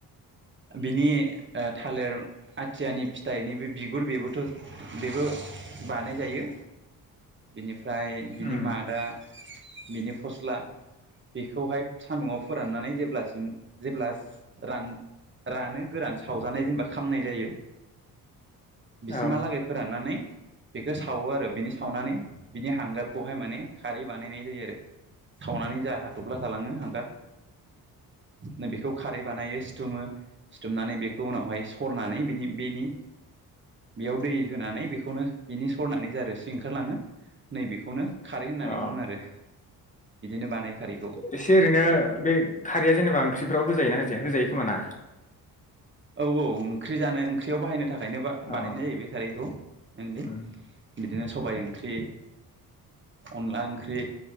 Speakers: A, on the right; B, on the left.
A: बिनि ओ थालिर आथियानि फिथाइनि बे बिगुर बेबोथ' बेबो बानाय जायो। बिनि फ्राय बिनि
B: उम
A: मादा बिनि फस्ला बेखौहाय सान्दुंङाव फोराननानै जेब्लासिम जेब्ला रान रानो गोरान सावजानाय जेनेबा खामनाय जायो बिसिमहालागै
B: औ
A: फोराननानै बेखौ सावो आरो बिनि सावनानै बिनि हांगारखौहाय माने खारै बानायनाय जायो आरो। सावनानै जा हाथ'फ्ला थालाङो हां गार नै बेखौ खारै बानायो सिथुमो सिुमनानै बे खौ उनावहाय सरनानै बिनि बेनि बेयाव दै होनानै बेखौनो बिनि सरनानै जा रोसि ओंखारलाङो नै बेखौनो खारै होननानै
B: अ
A: बुङो आरो। बिदिनो बानाय खारैखौ
B: एसे ओरैनो बे खारैया जेनेबा ओंख्रिफ्राव होजायो ना होजाया होजायो खोमा ना?
A: औ औ ओंख्रि जानो ओंख्रियाव बाहायनो थाख खायनो बा-बानायनाय
B: औ
A: जायो बेखौ मेलनि।
B: उम
A: बिदिनो सबाय ओंख्रि, अनला ओंख्रि